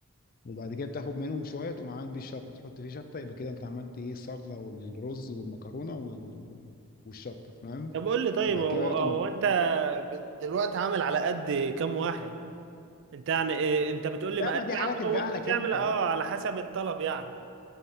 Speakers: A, on the left (about 40°); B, on the right (about 55°).
A: وبعد كده بتاخد منهم شويه تقوم عامل بيه الشطه تحط فيه شطه يبقى كده انت عملت ايه الصلصه والرز والمكرونه وال... والشطه تمام
B: طب قول لي طيب
A: وبعد
B: هو
A: كده بقى
B: هو
A: تقوم
B: انت دلوقتي عامل على قد كام واحد انت يعني إيه انت بتقول
A: لا
B: لي مقادير
A: ما دي حاجه ترجع
B: عامه وانت
A: لك
B: تعمل
A: انت
B: اه
A: بقى
B: على حسب الطلب يعني